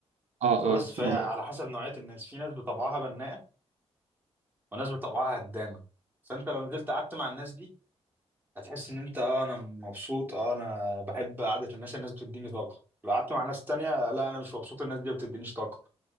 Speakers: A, on the right; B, on the right.
A: اه
B: فبس
A: اه
B: فهي
A: آه.
B: على حسب نوعيه الناس في ناس بطبعها بناءه وناس بطبعها هدامه فانت لو نزلت قعدت مع الناس دي هتحس ان انت اه انا مبسوط اه انا بحب قعده الناس الناس بتديني طاقه لو قعدت مع ناس تانية لا انا مش مبسوط الناس دي ما بتدينيش طاقه